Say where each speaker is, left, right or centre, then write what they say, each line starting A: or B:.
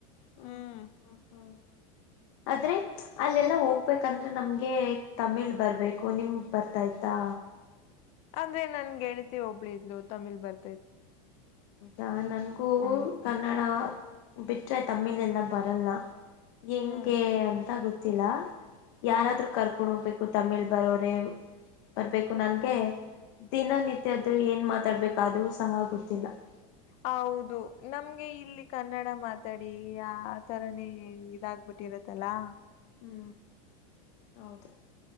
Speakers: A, on the left; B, on the left.
A: ಹ
B: ಹ್ಮ್
A: ಹ ಆದ್ರೆ ಅಲ್ಲೆಲ್ಲಾ ಹೋಗ್ಬೇಕಂದ್ರೆ ನಮ್ಗೆ ತಮಿಳ್ ಬರ್ಬೇಕು ನಿಮಗ್ ಬರ್ತಾ ಇತ್ತಾ
B: ಅಂದ್ರೆ ನನ್ ಗೆಳತಿ ಒಬ್ಳಿದ್ಲು ತಮಿಳ್ ಬರ್
A: ಹಾ ನನ್ಗೂ
B: ಹ್ಮ್
A: ಕನ್ನಡ ಬಿಟ್ರೆ ತಮಿಳ್ ಎಲ್ಲ ಬರಲ್ಲ ಹೆಂಗೆ
B: ಹ್ಮ್
A: ಅಂತ ಗೊತ್ತಿಲ್ಲ
B: ಹ್ಮ್
A: ಯಾರಾದ್ರೂ ಕರ್ಕೊಂಡ ಹೋಗ್ಬೇಕು ತಮಿಳ್ ಬರೋರೆೇ ಬೇಕು ನನ್ಗೆ ದಿನನಿತ್ಯ ಆದೂ ಏನ್ ಮಾತಾಡ್ಬೇಕ ಅದು ಸಹ ಗೊತ್ತ್ ಇತ್ತಲ್ಲ <inaudible>
B: ಹೌದು ನಮ್ಗೆ ಇಲ್ಲಿ ಕನ್ನಡ ಮಾತಾಡಿ ಆ ತರನೇ ಇದಾಗಬಿಟ್ಟು ಬಿಟ್ಟಿರತ್ತಲ್ಲಾ
A: ಹ್ಞ ಹೌದು